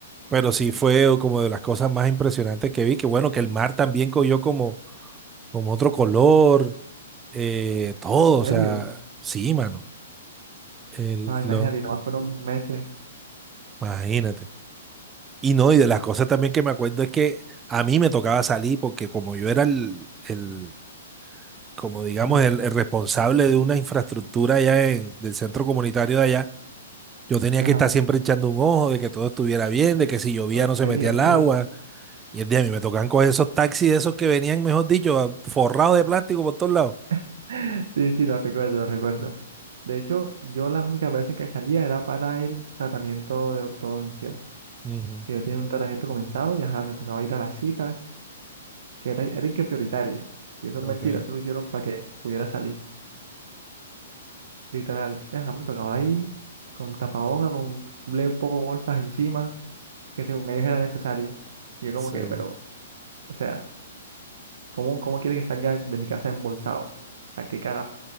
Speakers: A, on the right (about 20°); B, on the right (about 65°).
A: pero sí fue como de las cosas más impresionantes que vi, que bueno, que el mar también cogió como como otro color, eh, todo, o
B: ¿en
A: sea,
B: serio?
A: sí, mano, el-
B: Ah, imagínate,
A: lo,
B: nada más fueron meses.
A: imagínate. Y no, y de las cosas también que me acuerdo es que a mí me tocaba salir porque como yo era el, el como digamos,
B: Ajá,
A: el, el responsable de una infraestructura allá en, del centro comunitario de allá, yo tenía
B: ajá.
A: que estar siempre echando un ojo de que todo estuviera bien, de que si llovía
B: Ok,
A: no se metía
B: ok.
A: el agua. Y el día a mí me tocaban coger esos taxis, de esos que venían, mejor dicho, a- forrados de plástico por todos lados.
B: <laughs> Sí, sí, lo recuerdo, lo recuerdo. De hecho, yo las únicas veces que salía era para el tratamiento de ortodoncia,
A: Ujú,
B: que yo tenía un tratamiento comenzado y ajá, me tocaba ir a las citas, que era, era el que prioritario. Y eso es
A: Ok,
B: mentira, eso lo hicieron para que pudiera salir, literal. Ajá, me tocaba ahí con tapaboca, con un poco bolsas encima, que según ellos era necesario. Y yo como
A: seguro.
B: que, pero, o sea... ¿Cómo, cómo quiere que salga de mi casa embolsado? ¿A qué carajo?